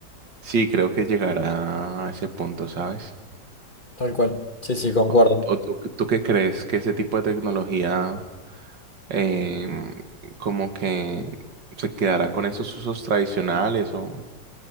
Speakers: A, on the right; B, on the left.
A: sí, creo que llegará a ese punto, ¿sabes?
B: Tal cual. Sí, sí, concuerdo.
A: ¿O, o tú, tú qué crees que ese tipo de tecnología em, como que se quedará con esos usos tradicionales o,